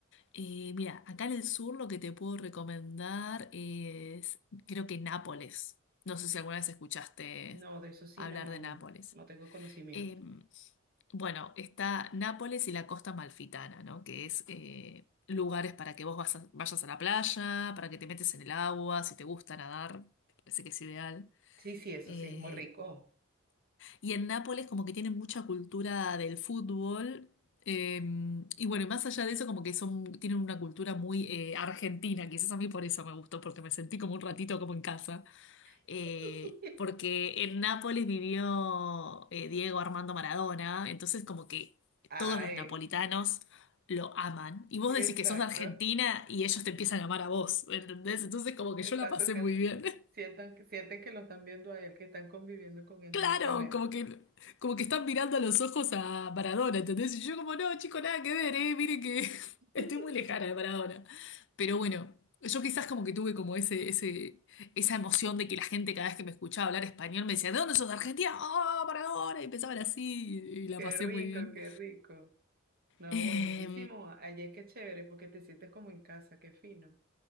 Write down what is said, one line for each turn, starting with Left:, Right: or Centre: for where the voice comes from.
Left: Eh, mira, acá en el sur lo que te puedo recomendar es, creo que Nápoles. No sé si alguna vez escuchaste
Right: No, de eso sí,
Left: hablar
Right: nada,
Left: de
Right: no,
Left: Nápoles.
Right: no tengo conocimiento.
Left: Eh, bueno, está Nápoles y la costa malfitana, ¿no? Que es eh, lugares para que vos vas a- vayas a la playa, para que te metes en el agua, si te gusta nadar, parece que es ideal.
Right: Sí, sí, eso
Left: Eh,
Right: sí, es muy rico.
Left: y en Nápoles como que tienen mucha cultura del fútbol. eh, y bueno, y más allá de eso, como que son, tienen una cultura muy eh, argentina. Quizás a mí por eso me gustó, porque me sentí como un ratito como en casa.
Right: <laughs>
Left: Eh, porque en Nápoles vivió eh, Diego Armando Maradona, entonces como que
Right: Ay,
Left: todos los napolitanos lo aman. Y vos
Right: exacto,
Left: decís que sos de Argentina y ellos te empiezan a amar a vos, ¿entendés? Entonces como que
Right: exacto,
Left: yo la pasé
Right: sienten,
Left: muy bien.
Right: sientan, que- sienten que lo están viendo a él, que están conviviendo con él
Left: Claro,
Right: directamente.
Left: como que, como que están mirando a los ojos a Maradona, ¿entendés? Y yo como, no, chico, nada que ver, eh, mire que <laughs> estoy
Right: <laughs>
Left: muy lejana de Maradona. Pero bueno, yo quizás como que tuve como ese, ese, esa emoción de que la gente cada vez que me escuchaba hablar español me decía, ¿de dónde sos? ¿De Argentina? ¡Oh, Maradona! Y empezaban así y, y la
Right: Qué
Left: pasé
Right: rico,
Left: muy bien.
Right: qué rico. No,
Left: Eh,
Right: buenísimo. Allí es que es chévere porque te sientes como en casa, qué fino.